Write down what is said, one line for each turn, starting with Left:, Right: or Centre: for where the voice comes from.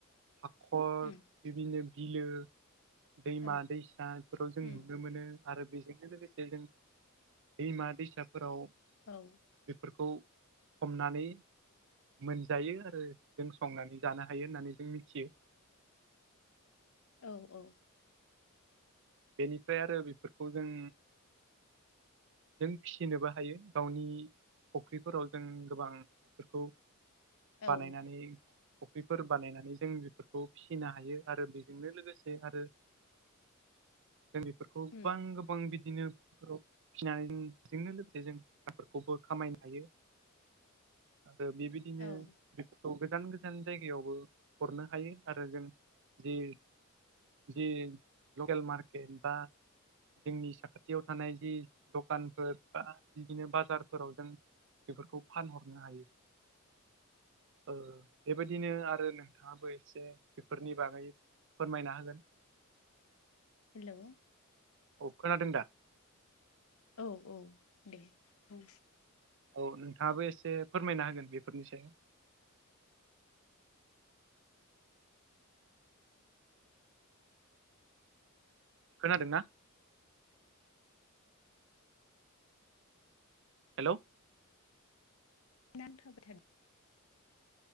Right: हाखर।
Left: उम
Right: बिबायदिनो बिलो दैमा
Left: औ
Right: दैसा बेफोराव जों।
Left: उम
Right: मोनो आरो बेजोंनो लोगोसे जों दैमा दैसाफोराव।
Left: औ।
Right: बेफोरखौ हमनानै। मोनजायो आरो जों संनानै जानो हायो होननानै जों मिथियो।
Left: औ औ।
Right: बेनिफ्राय आरो बेफोरखौ जों। जों फिसिनोबो हायो गावनि। फुख्रिफोराव जों गोबां बेफोरखौ
Left: औ
Right: बानायनानै। कबिफोर बानायनानै जों बेफोरखौ फिसिनो हायो आरो बेजोंनो लोगोसे आरो। दिैफोरखौ गोबां
Left: उम
Right: गोबां बिदिनो फाव। फिसिनानैजोंोंनो लोगोसे जों बेामफोरखौबो खामायनो हायो। आरो बेबायदिनो।
Left: औ
Right: बेफोरखौ गोजान गोजान जायगायावबो हरनो हायो आरो जों जि। जि लकेल मार्केट बा। जोंनि साखाथियाव थानाय जि दखानफोर बा बिदिनो बाजारफोराव जों। बेफोरखौ फानहरनो हायो। ओ बेबायदिनो आरो नोंथाङाबो एसे बेफोरनि बागै फोरमायना होगोन
Left: हेल'
Right: अ खोनादों दा
Left: औ औ दे औ
Right: औ नोंथाङाबो एसे फोरमायना होगोन बेफोरनि सायाव खोनादों ना। हेल'।
Left: नांथाबाय थादों